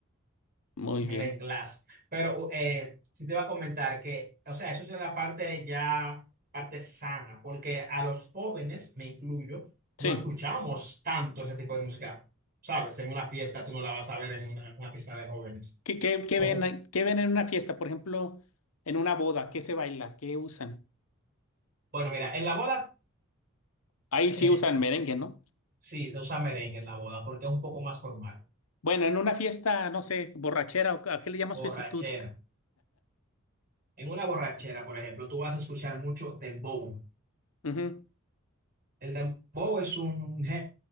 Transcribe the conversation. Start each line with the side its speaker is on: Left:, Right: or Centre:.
Left: muy
Right: Merenglás.
Left: bien,
Right: Pero eh, sí te iba a comentar que, o sea, eso es la parte ya, parte sana, porque a los jóvenes, me incluyo,
Left: sí.
Right: no escuchamos tanto ese tipo de música. Sabes, en una fiesta tú no la vas a ver en una, una fiesta de jóvenes.
Left: ¿Qué, qué- qué
Right: Como,
Left: ven, qué ven en una fiesta? Por ejemplo, en una boda, ¿qué se baila? ¿Qué usan?
Right: bueno, mira, en la boda,
Left: Ahí sí
Right: eh,
Left: usan merengue, ¿no?
Right: sí, se usa merengue en la boda porque es un poco más formal.
Left: Bueno, en una fiesta, no sé, borrachera, ¿o ¿a qué le llamas
Right: Borrachera.
Left: fiesta tú?
Right: En una borrachera, por ejemplo, tú vas a escuchar mucho dembow.
Left: Ujú.
Right: El dembow es un género